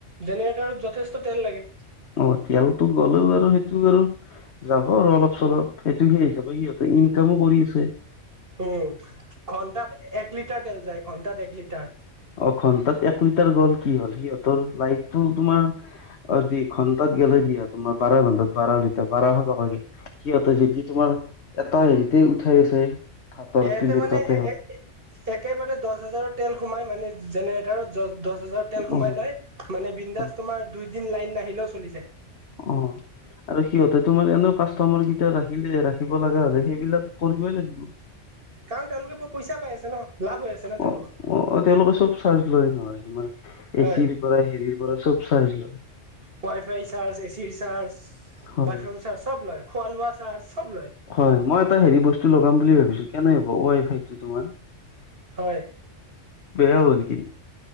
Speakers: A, on the right (about 45°); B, on the left (about 65°).
A: জেনেৰেটাৰত যথেষ্ট তেল লাগে
B: অ তেলতো গ'লেও আৰু সেইটো আৰু যাব আৰু অলপ-চলপ, এটো সেই হিচাপে সিহঁতে ইনকামো কৰি আছে।
A: উম। ঘন্টাত এক লিটাৰ তেল যায়, ঘন্টাত এক লিটাৰ।
B: অ' ঘন্টাত এক লিটাৰ গ'ল কি হ'ল? সিহঁতৰ লাইফটো তোমাৰ অ, দুই ঘন্টাত গ'লে দিয়া, তোমাৰ বাৰ ঘণ্টাত বাৰ লিটাৰ বাৰশ টকা গেল। সিহঁতে যেদি তোমাৰ এটা হেৰিতেই উঠাই আছে। ভাতৰ
A: এয়েতে
B: প্লেটতে
A: মানে এ
B: হওক
A: এ একেবাৰে দহ হাজাৰৰ তেল সোমাই, মানে যেনেৰেটাৰত দহ হাজাৰৰ তেল সোমাই
B: উম
A: লয়। মানে বিন্দাচ
B: হয়।
A: তোমাৰ দুইদিন লাইন নাহিলেও চলি যায়।
B: অ'। আৰু সিহঁতে তোমাৰ এনেও কাষ্টমাৰ কেইটা ৰাখিলে ৰাখিব লগা হ'লে, সেইবিলাক কৰিবই লাগিব। <inaudible>
A: কাৰণ তেওঁলোকে প-পইচা পাই আছে ন', লাভ হৈ আছে ন'
B: অ',
A: তেওঁলোকৰ।
B: অ', তেওঁলোকে চব চাৰ্জ লয় নহয় তোমাৰ
A: হয়
B: এ চিৰ পৰা হেৰিৰ পৰা চব চাৰ্জ লয়।
A: ৱাই-ফাই চাৰ্জ, এ চিৰ চাৰ্জ,
B: হয়।
A: বাথৰুম চাৰ্জ, চব লয় খোৱা লোৱা চাৰ্জ চব লয়।
B: হয়। মই এটা হেৰি বস্তু লগাম বুলি ভাবিছোঁ কেনে হ'ব ৱাই-ফাইটো তোমাৰ।
A: হয়।
B: বেয়া হ'ব নেকি?